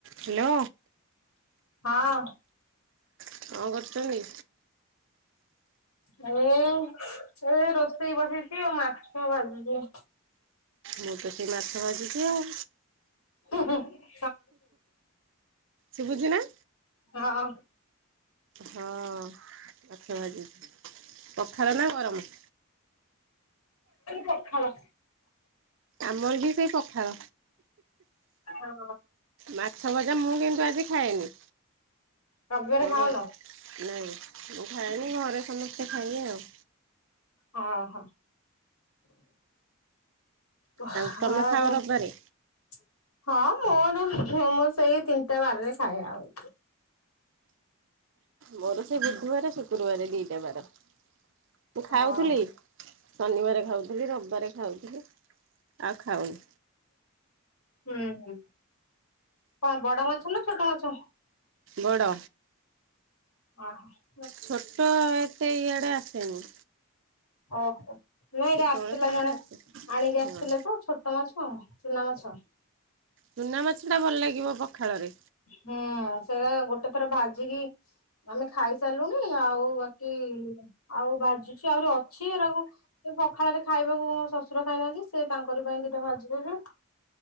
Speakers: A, on the right; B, on the left.
A: Hello.
B: ହଁ।
A: କଣ କରୁଛନ୍ତି?
B: ମୁଁ ଏବେ ରୋଷେଇ ବସେଇଛି ଆଉ ମାଛ ଭାଜୁଛି।
A: ମୁଁ ତ ସେଇ ମାଛ ଭାଝୁଛି ଆଉ।
B: ହ <unintelligible>
A: ଶୁଭୁଛି ନା?
B: ହଁ।
A: ହଁ ମାଛ ବାଝୁଛି। ପଖାଳ ନା ଗରମ?
B: ପଖାଳ।
A: ଆମର ବି ସେଇ ପଖାଳ।
B: ହଁ
A: ମାଛ ଭଜା ମୁଁ କିନ୍ତୁ ଆଜି ଖାଏନି।
B: ରବିବାରେ
A: ମୋର
B: ଖାଉନ?
A: ନାଇଁ ମୁଁ ଖଏନି ଘରେ ସମସ୍ତେ ଖାଇବେ ଆଉ।
B: ହଁ ହଁ। ହଁ
A: ଆଉ ତମେ ଖାଅ
B: <unintelligible>
A: ରବିବାରେ?
B: ହଁ ମୋର ମୁଁ ସେଇ ତିନିଟା ବାରରେ ଖାଏ ଆଉ।
A: ମୋର ସେଇ ବୁଧୁବାରେ ଶୁକ୍ରବାରେ ଦିଟା ବାର। ମୁଁ
B: ହଁ
A: ଖାଉଥିଲି ଶନିବାରେ ଖାଉଥିଲି ରବିବାରେ ଖାଉଥିଲି। ଆଉ ଖାଉନି।
B: ହୁଁ-ହୁଁ କଣ ବଡ ମାଛ ନା ଛୋଟ ମାଛ?
A: ବଡ।
B: ଅହୋ।
A: ଛୋଟ ଏତେ ଇଆଡେ ଆସେନି।
B: ଓହୋ ନାଇଁରେ
A: କେତେବେଳେ
B: ଆସିଥିଲା
A: କେମିତି
B: ଜଣେ
A: ଆସେ
B: ଆଣିକି
A: ହଁ।
B: ଆସିଥିଲେ ତ। ଛୋଟ ମାଛ ଚୁନା ମାଛ।
A: ଚୁନା ମାଛଟା ଭଲ୍ ଲାଗିବ ପଖାଳରେ।
B: ହୁଁ ସେଟା ଗୋଟେ ଥର ଭାଜିକି ଆମେ ଖାଇସାରିଲୁଣି ଆଉ ବାକି ଆଉ ଭାଜୁଛି ଆହୁରି ଅଛି ଏଟାକୁ ସେ ପଖାଳରେ ଖାଇବାକୁ ମୋ ଶଶୁର ଖାଇନାହାନ୍ତି ସେ ତାଙ୍କର ପାଇଁ ଦିଇଟା ଭାଜିଦେବି।